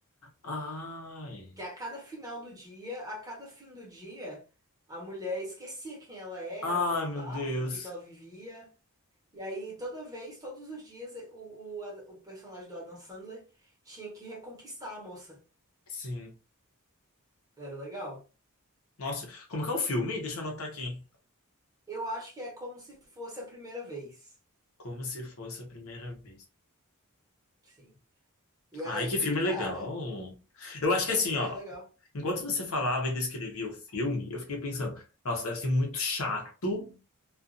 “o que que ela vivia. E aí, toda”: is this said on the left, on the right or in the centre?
Right